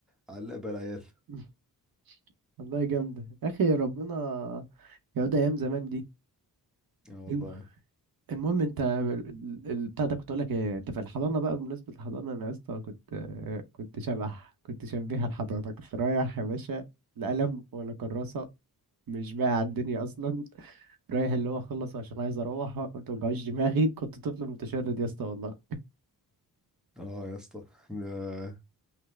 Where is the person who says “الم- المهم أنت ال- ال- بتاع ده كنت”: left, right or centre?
Right